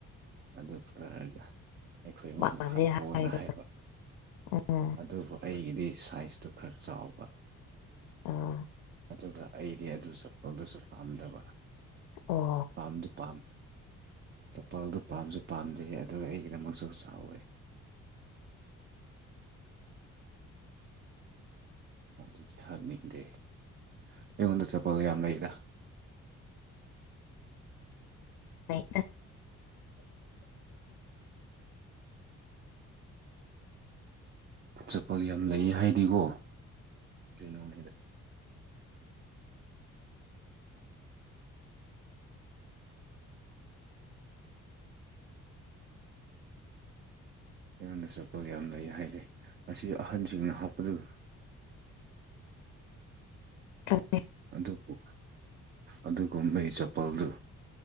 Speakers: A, on the right; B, on the left.
A: ꯑꯗꯨ ꯐꯔꯛꯑꯒ ꯑꯩꯈꯣꯏ ꯑꯩꯉꯣꯟꯗ
B: ꯄꯥꯝꯗꯦ
A: ꯍꯥꯞꯄꯣꯅ
B: ꯍꯥꯏꯔꯒ
A: ꯍꯥꯏꯕ
B: ꯎꯝ
A: ꯑꯗꯨꯕꯨ ꯑꯩꯒꯤꯗꯤ ꯁꯥꯏꯖꯇꯨ ꯈꯔ ꯆꯥꯎꯕ
B: ꯑꯥ
A: ꯑꯗꯨꯒ ꯑꯩꯗꯤ ꯑꯗꯨ ꯆꯄꯣꯜꯗꯨꯁꯨ ꯄꯥꯝꯗꯕ
B: ꯑꯣ
A: ꯄꯥꯝꯗꯤ ꯄꯥꯝ ꯆꯄꯜꯗꯨ ꯄꯥꯝꯁꯨ ꯄꯥꯝꯖꯩ ꯑꯗꯨꯒ ꯑꯩꯒꯤꯗꯃꯛꯁꯨ ꯆꯥꯎꯋꯦ ꯑꯗꯨꯗꯤ ꯍꯥꯏꯪꯅꯤꯡꯗꯦ ꯑꯩꯉꯣꯟꯗ ꯆꯄꯣꯜ ꯌꯥꯝ ꯂꯩꯗ
B: ꯑ
A: ꯆꯄꯜ ꯌꯥꯝ ꯂꯩ ꯍꯥꯏꯗꯤꯀꯣ ꯀꯩꯅꯣꯅꯤ ꯑꯩꯉꯣꯟꯗ ꯆꯠꯄꯒ ꯌꯥꯝ ꯂꯩ ꯍꯥꯏꯔꯦ ꯑꯁꯤ ꯑꯍꯟꯁꯤꯡꯅ ꯍꯥꯞꯄꯗ
B: ꯊꯦ
A: ꯑꯗꯨꯕꯨ ꯑꯗꯨꯒꯨꯝꯕꯒꯤ ꯆꯄꯜꯗꯨ